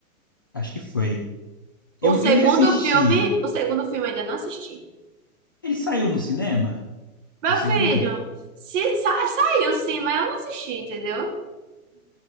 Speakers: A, on the left; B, on the right.
A: Acho que foi. Eu,
B: O segundo
A: eu ia assistir.
B: filme, o segundo filme eu ainda não assisti.
A: Ele saiu no cinema?
B: Meu
A: O segundo?
B: filho, se, sa- saiu sim, mas eu não assisti, entendeu?